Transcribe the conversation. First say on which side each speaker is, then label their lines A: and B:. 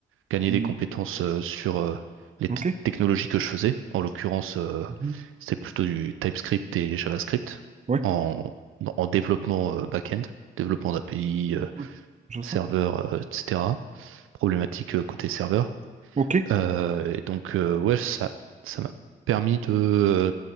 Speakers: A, on the right; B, on the right.
A: gagner
B: Mhm.
A: des compétences euh, sur euh, les
B: Ok.
A: te- technologies que je faisais. En l'occurrence, euh,
B: Mhm.
A: c'était plutôt du TypeScript et JavaScript
B: Oui.
A: en, en développement euh, back-end, développement d'API, euh,
B: Ouais, Je sens.
A: serveur, euh, etc. Problématique euh, côté serveur.
B: Ok.
A: Euh, et donc, euh, ouais, ça, ça m'a permis de euh,